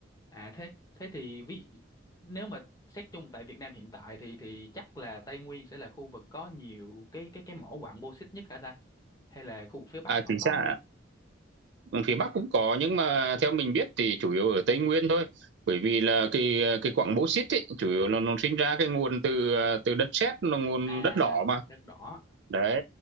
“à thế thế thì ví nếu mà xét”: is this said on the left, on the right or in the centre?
Left